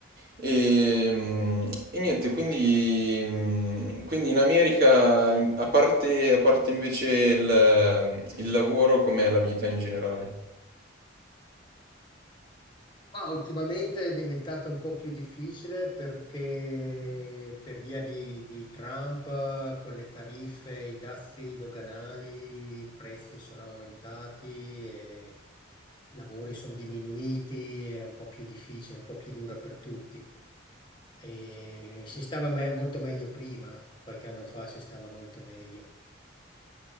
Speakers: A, on the right; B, on the left.
A: E, mm, e niente, quindi, mm, quindi in America, in- a parte, a parte invece il, il lavoro, com'è la vita in generale?
B: Ma ultimamente è diventato un po' più difficile perché per via di, di Trump, eh, con le tariffe, i dazi doganali, i prezzi sono aumentati e i lavori sono diminuiti, è un po' più difficile, un po' più dura per tutti. E si stava me- molto meglio prima, qualche anno fa si stava molto meglio.